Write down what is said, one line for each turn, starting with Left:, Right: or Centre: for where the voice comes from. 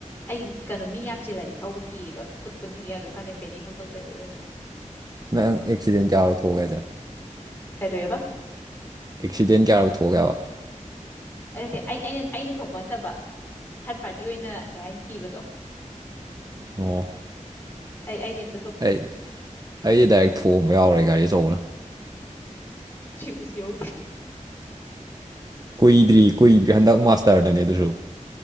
Left: ꯑꯩ ꯀꯩꯅꯣ ꯃꯤ ꯌꯥꯝ ꯆꯤꯜꯂꯗꯤ ꯊꯧꯕ ꯀꯤꯑꯕ ꯃꯤ ꯌꯥꯒ ꯈꯪꯅ ꯄꯦꯅꯤ ꯄꯪꯊꯣꯛꯇꯣꯏꯗꯅ
Right: ꯃ ꯏꯁꯤꯗꯅ ꯆꯥꯒ ꯊꯒ ꯆ
Left: ꯀꯔꯤꯕ
Right: ꯑꯦꯛꯁꯤꯗꯦꯟ ꯀꯌꯥꯔꯛ ꯊꯣꯛꯒꯦ ꯍꯥꯏꯕ
Left: ꯑꯗꯨ ꯅꯠꯇꯦ ꯑꯩꯩꯅ ꯑꯩꯅ ꯊꯣꯛꯄ ꯅꯠꯇꯕ ꯊꯥꯔꯠ ꯄꯥꯔꯇꯤ ꯑꯣꯏꯅ ꯀꯩ ꯍꯥꯏꯅꯤ ꯀꯤꯕꯗꯣ
Right: ꯑꯣ
Left: ꯑꯩ ꯑꯩꯗꯤꯦꯝ
Right: ꯑꯩ ꯑꯩꯗꯤ ꯗꯥꯏꯔꯦꯛ ꯊꯣꯡꯑꯝꯕ ꯌꯥꯎꯔꯦ ꯒꯥꯔꯤ ꯑꯆꯧꯕꯅ
Left: ꯁꯤꯄꯨꯁꯤ ꯌꯧ
Right: ꯀꯨꯏꯗ꯭ꯔꯤ ꯀꯨꯏꯗ꯭ꯔꯤ ꯍꯟꯗꯛ ꯃꯥꯁꯇꯔꯗꯅꯦ ꯑꯗꯨꯁꯨ